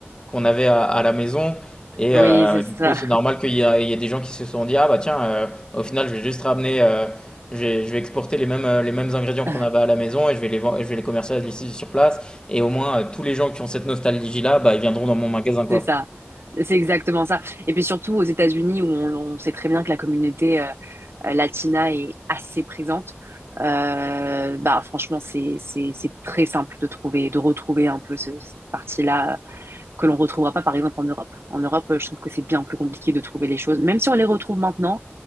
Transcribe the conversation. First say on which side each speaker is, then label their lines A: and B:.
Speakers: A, on the left; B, on the right.
A: qu'on avait à à la maison et
B: Oui,
A: heu,
B: c'est ça.
A: du coup, c'est normal qu'il y a il y ait des gens qui se sont dit: «Ah bah tiens, heu, au final, je vais juste ramener, heu, je vais je vais exporter les mêmes, heu, les mêmes ingrédients qu'on
B: <laughs>
A: avait à la maison et je vais les ven je vais les commercialiser ici sur place» et au moins, heu, tous les gens qui ont cette nostalgie-là, bah, ils viendront dans mon magasin, quoi.
B: C'est ça. C'est exactement ça. Et puis surtout aux États-Unis, où on, on sait très bien que la communauté euh, euh, latina est assez présente, euh, bah franchement, c'est c'est c'est très simple de trouver, de retrouver un peu ce- cette partie-là que l'on retrouvera pas, par exemple, en Europe. En Europe, euh, je trouve que c'est bien plus compliqué de trouver les choses, même si on les retrouve maintenant,